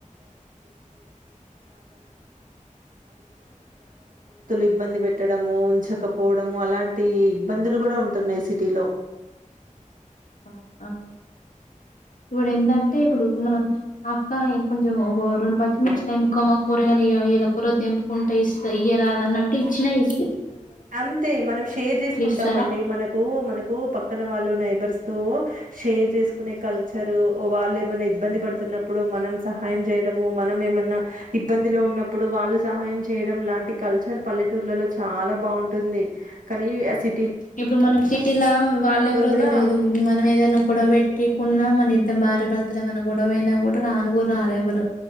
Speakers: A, on the right (about 75°); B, on the left (about 75°).
A: ఇబ్బంది పెట్టడము ఉంచక పోవడము అలాంటి ఇబ్బందులు కూడా ఉంటున్నాయి సిటీలో
B: ఆ! ఆ! ఇప్పుడు ఎందంటే ఇప్పుడు మనం అక్క కొంచెం ఒక రెండు పచ్చిమిర్చిలు ఎంపుకోమ కూరగాయలు వళ కూర తెంపుకుంటే ఇస్త ఇయరాద అన్నంటే ఇచ్చినా ఇ
A: అంతే మనం షేర్ చేసుకుంటామ
B: ఇస్తారా
A: అండి మనకు మనకు పక్కన వాళ్ళు నైబర్స్ తో షేర్ చేసుకునే కల్చర్ వాళ్ళు ఏమైన్నా ఇబ్బంది పడుతున్నప్పుడు మనం సహాయం చేయడము మనం ఏమన్నా ఇబ్బందిలో ఉన్నప్పుడు వాళ్ళు సహాయం చేయడం లాంటి కల్చర్ పల్లెటూర్లలో చాలా బాగుంటుంది కానీ అసి
B: ఇప్పుడు మనం సిటీలా వాళ్ళెవరో
A: కూడా
B: తెలియదు మనం ఏదైనా గొడవ పెట్టికున్నా మన భార్యాభర్త ఏమన్నా గొడవ అయినా కూడా రాను కూడా రారు ఎవ్వరూ